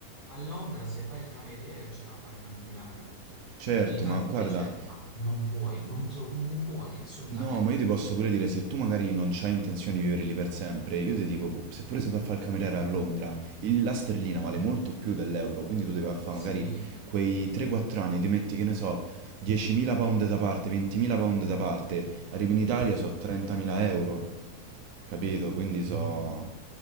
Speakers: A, on the right; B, on the right.
A: A Londra se fai il cameriere ce la fai tranquillamente.
B: Certo,
A: In Italia
B: ma guarda,
A: invece ah, non puoi, non, tro- non puoi, assolutamente.
B: No, ma io ti posso pure dire, se tu magari non c'hai intenzione di vivere lì per sempre, io ti dico, pu- seppure se vai a fare il cameriere a Londra, il- la sterlina vale molto più dell'euro, quindi tu devi vai a fare
A: Sì.
B: magari quei 3-4 anni, ti metti, che ne so, 10.000 pound da parte, 20.000 pound da parte, arrivi in Italia so 30.000 euro, capito? Quindi so...
A: Mm.